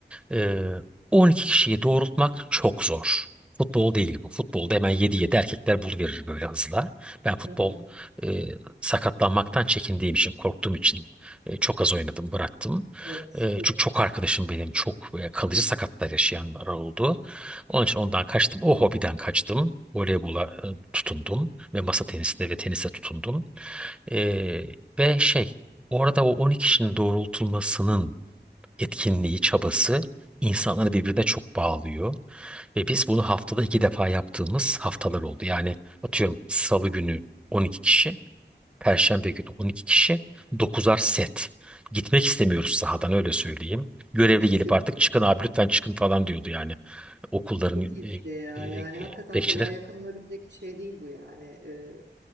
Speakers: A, in the centre; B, on the right (about 80°).
A: Ee, 12 kişiyi doğrultmak çok zor. Futbol değil bu. Futbolda hemen 7-7 erkekler buluverir böyle hızla. Ben futbol
B: Hı hı.
A: e, sakatlanmaktan çekindiğim için, korktuğum için e, çok az oynadım, bıraktım.
B: Evet,
A: E, çünkü
B: çok
A: çok arkadaşım benim çok e, kalıcı sakatlar yaşayanlar oldu. Onun için ondan kaçtım. O hobiden kaçtım. Voleybola e, tutundum ve masa tenisine ve tenise tutundum. E, ve şey, orada o 12 kişinin doğrultulmasının etkinliği, çabası insanları birbirine çok bağlıyor. Ve biz bunu haftada iki defa yaptığımız haftalar oldu. Yani atıyorum Salı günü 12 kişi, Perşembe günü 12 kişi, dokuzar set. Gitmek istemiyoruz sahadan öyle söyleyeyim. Görevli
B: işte
A: gelip artık
B: bu
A: çıkın abi lütfen çıkın falan diyordu yani. Okulların
B: Çok
A: e,
B: iyi bir şey ya.
A: e,
B: Yani
A: e,
B: hakikaten
A: bekçileri
B: kolay yakınılabilecek bir şey değil bu yani. Ee,